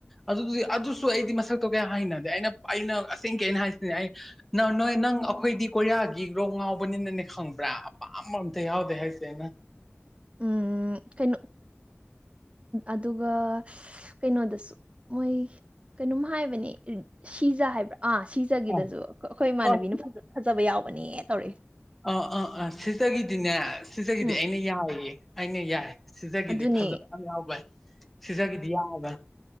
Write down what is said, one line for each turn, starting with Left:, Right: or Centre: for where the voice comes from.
Centre: ꯑꯗꯨꯗꯤ ꯑꯗꯨꯁꯨ ꯑꯩꯗꯤ ꯃꯁꯛꯇꯣ ꯀꯌꯥ ꯍꯥꯏꯅꯗꯦ ꯑꯩꯅ ꯑꯩꯅ ꯑꯁꯦꯡ ꯀꯩꯅ ꯍꯥꯏꯁꯤꯅꯦ ꯑꯩ ꯅꯪ ꯅꯣꯏ ꯅꯪ ꯑꯩꯈꯣꯏꯗꯤ ꯀꯣꯔꯤꯌꯥꯒꯤ ꯔꯣ ꯉꯥꯎꯕꯅꯤꯅꯅꯦ ꯈꯪꯕ꯭ꯔꯥ ꯑꯄꯥꯝꯕ ꯑꯝꯇ ꯌꯥꯎ ꯍꯥꯏꯅ
Right: ꯎꯝ ꯀꯩꯅꯣ ꯑꯗꯨꯒ ꯀꯩꯅꯣꯗꯁꯨ ꯃꯣꯏ ꯀꯩꯅꯣꯝ ꯍꯥꯏꯕꯅꯦ ꯁꯤꯖ ꯍꯥꯏꯕ꯭ꯔꯥ ꯑꯥ ꯁꯤꯖ ꯄꯖꯒꯤꯗꯁꯨ
Centre: ꯑꯥ
Right: ꯑꯩꯈꯣꯏꯃꯥꯟꯅꯕꯤꯅ
Centre: ꯑꯥ
Right: ꯐꯖꯕ ꯌꯥꯎꯕꯅꯦ ꯇꯧꯔꯛꯏꯦ
Centre: ꯑꯥ ꯑꯥ ꯑꯥ ꯁꯤꯇꯒꯤꯗꯤꯅꯦ ꯁꯤꯇꯒꯤꯗꯤ
Right: ꯎꯝ
Centre: ꯑꯩꯅ ꯌꯥꯏꯌꯦ ꯑꯩꯅ ꯌꯥꯏ ꯁꯤꯖꯒꯤꯗꯤ
Right: ꯑꯗꯨꯅꯦ
Centre: ꯐꯖꯕ ꯌꯥꯝ ꯌꯥꯎꯕꯩ ꯁꯤꯖꯒꯤꯗꯤ ꯌꯥꯕꯣꯏ